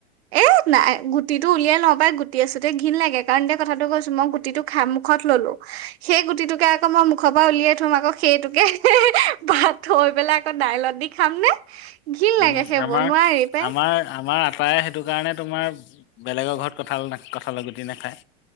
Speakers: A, on the right; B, on the left.
A: এ নাই, গুটিটো উলিয়াই ল পাই গুটি আছোঁতে ঘিনণ লাগে কাৰণ দে কথাটো কৈছো মই গুটিটো খ মুখত ললো, সেই গুটিটোকে আকৌ মই মুখৰ পৰা উলিয়াই থম আকৌ সেইটোকে ভাত, থৈ পেলাই আকৌ দাইলত দি খাম নে, ঘিণ লাগে
B: উম,
A: সেইবোৰ
B: আমাৰ
A: নোৱাৰি
B: -
A: পাই
B: আমাৰ - আমাৰ, আটায় সেইটো কাৰণে তোমাৰ বেলেগৰ ঘৰত কঁঠাল কঁঠালৰ গুটি নাখায়।